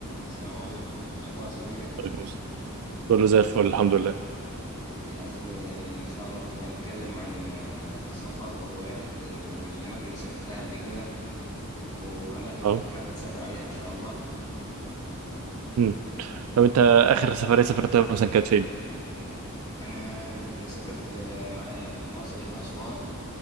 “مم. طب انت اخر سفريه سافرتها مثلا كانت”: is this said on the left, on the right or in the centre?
Right